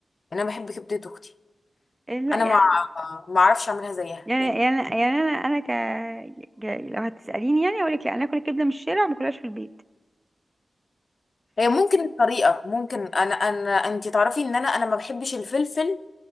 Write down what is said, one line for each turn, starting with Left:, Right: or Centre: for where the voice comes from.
Left: انا بحب كبده اختي
Right: إيه، لا
Left: انا
Right: يعني
Left: ما ما اعرفش اعملها زيها
Right: يعني
Left: يعني
Right: يعني يعني انا انا ك... ك... لو هتساليني يعني اقول لك لا انا اكل الكبده من الشارع وما اكلهاش في البيت
Left: هي ممكن الطريقه ممكن انا انا انتي تعرفي ان انا انا ما بحبش الفلفل